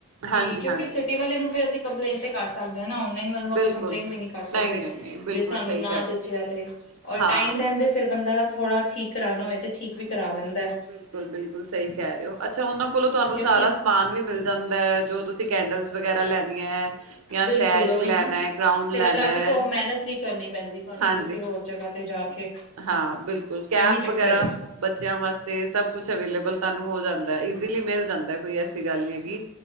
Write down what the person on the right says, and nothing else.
ਹਾਂਜੀ
ਹਾਂਜੀ
ਬਿਲਕੁਲ
ਨਹੀਂ ਨਹੀਂ ਨਹੀਂ ਬਿਲਕੁਲ
ਸਹੀ
ਕਹਿ ਰਹੇ
ਹੋ
ਹਾਂ
ਬਿਲਕੁਲ-ਬਿਲਕੁਲ ਸਹੀ ਕਹਿ ਰਹੇ ਹੋ ਅੱਛਾ। ਉਹਨਾਂ ਕੋਲੋਂ ਤੁਹਾਨੂੰ
ਸਾਰਾ ਸਮਾਨ ਵੀ ਮਿਲ ਜਾਂਦਾ। ਜੋ ਤੁਸੀਂ ਕੈਂਡਲ ਵਗੈਰਾ ਲੈਣ ਹੈ ਜਾਂ
ਸੈਸ਼
ਲੈਣਾ,
ਕਰਾਉਨ
ਲੈਣਾ
ਹੈ।
ਹਾਂਜੀ।
ਹਾਂ, ਬਿਲਕੁਲ ਕੈਪ
ਵਗੈਰਾ
ਬੱਚਿਆਂ ਵਾਸਤੇ ਸਭ ਕੁਛ ਅਵੇਲੇਬਲ ਤੁਹਾਨੂੰ ਹੋ ਜਾਂਦਾ ਹੈ। ਇਜਿਲੀ ਮਿਲ ਜਾਂਦਾ ਹੈ। ਕੋਈ ਐਸੀ ਗੱਲ ਨੀ ਹੈਗੀ